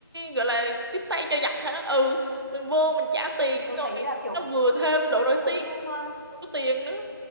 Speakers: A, on the right; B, on the right.
A: gọi là tiếp tay cho giặc hả ừ mình vô mình trả tiền
B: thì tôi
A: xong
B: thấy
A: rồi
B: là kiểu
A: nó vừa thêm độ nổi
B: cũng
A: tiếng
B: ờ,
A: vừa có tiền nữa